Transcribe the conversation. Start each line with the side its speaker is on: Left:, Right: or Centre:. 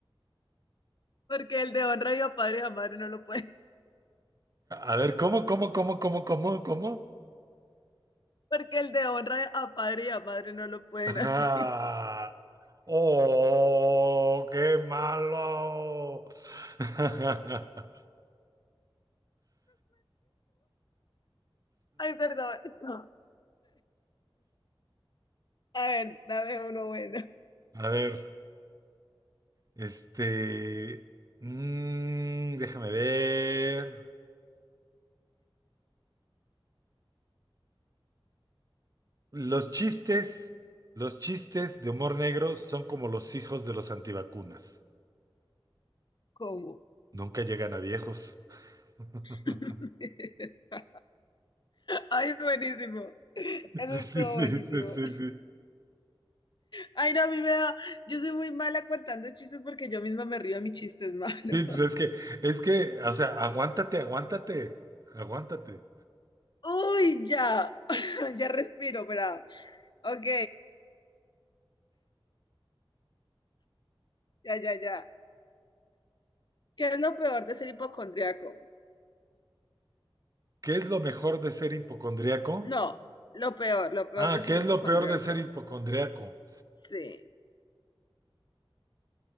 Left: Porque el de honra y a padre y a madre no lo pueden.
Right: A ver, ¿cómo, cómo, cómo, cómo, cómo, cómo?
Left: Porque el de honra a padre y a madre no lo
Right: <laughs>
Left: pueden
Right: Ah.
Left: así.
Right: ¡Oh, qué malo! <laughs>
Left: <laughs> Ay, perdón. No, A ver, dame uno bueno.
Right: A ver, este... mm, déjame ver. Los chistes, los chistes de humor negro son como los hijos de los antivacunas.
Left: ¿Cómo?
Right: Nunca llegan a viejos. <laughs>
Left: <laughs> Ay, buenísimo. Eso
Right: Sí,
Left: estuvo
Right: sí, sí,
Left: buenísimo.
Right: sí, sí, sí.
Left: Ay, no, a mí me da... Yo soy muy mala contando chistes porque yo misma me río de mis chistes malos.
Right: Sí, pues
Left: <laughs>
Right: es que, es que, o sea, aguántate, aguántate, aguántate.
Left: Uy, ya. <laughs> Ya respiro, pero... Ok, ya, ya, ya. ¿Qué es lo peor de ser hipocondriaco?
Right: ¿Qué es lo mejor de ser hipocondríaco?
Left: No, lo peor, lo peor
Right: Ah,
Left: de ser
Right: ¿qué es
Left: hipocondriaco.
Right: lo peor de ser hipocondriaco?
Left: Sí,